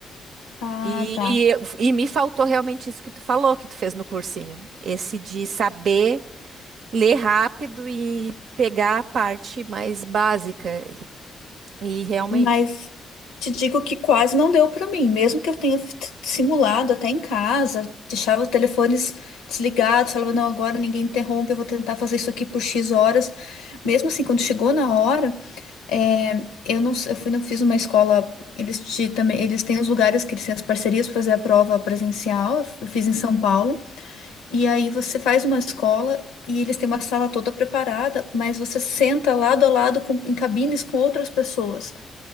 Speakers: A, on the left; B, on the right.
A: Ah,
B: E,
A: tá.
B: e me faltou realmente isso que tu falou, que tu fez no cursinho. Esse de saber. Ler rápido e pegar a parte mais básica. E realmente,
A: Mas te digo que quase não deu pra mim, mesmo que eu tenha f- simulado até em casa, deixava os telefones desligados, falava, não, agora ninguém interrompe, eu vou tentar fazer isso aqui por X horas. Mesmo assim, quando chegou na hora, é, eu não, eu fui, não fiz uma escola, eles te, também, eles têm os lugares que eles têm as parcerias para fazer a prova presencial, eu f- eu fiz em São Paulo. E aí você faz uma escola e eles têm uma sala toda preparada, mas você senta lado a lado com- em cabines com outras pessoas.